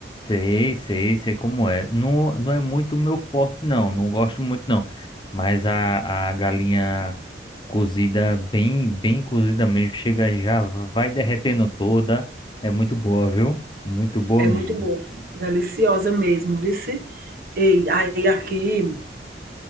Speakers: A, on the left; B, on the right.
A: Sei, sei, sei como é. Não, não é muito meu forte, não. Não gosto muito, não. Mas a, a galinha cozida, bem, bem cozida mesmo, chega já, vai derretendo toda. É muito boa, viu? Muito boa
B: É
A: mesmo.
B: muito boa, deliciosa mesmo, vice. E aí aqui,